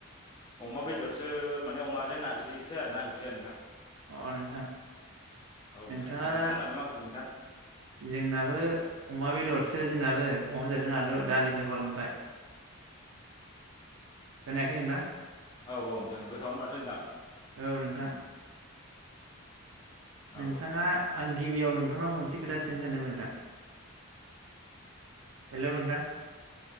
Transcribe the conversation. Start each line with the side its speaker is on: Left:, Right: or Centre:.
Left: अमा बेदरसो माने अमाजों नारजिसो आरोना ओंख्रिया नोंथां।
Right: अ नोंथां
Left: औ नोंथां
Right: नोंथाङा
Left: नोंथांमोनालाय
Right: दा
Left: मा ओंख्रि नोंथां?
Right: जोंनाबो अमा बेदर सो जोंनाबो अमा बेदरजों आलु दालि जहल आमफाय। खोनायाखै नोंथां?
Left: औ औ नोंथां गोथावयानो माथो नोंथां।
Right: औ नोंथां
Left: औ
Right: नोंथाङा आं गिबियाव नोंथांनाव मोनसे खोथा सोंनो सानदोंमोन नोंथां। हेलौ नोंथां।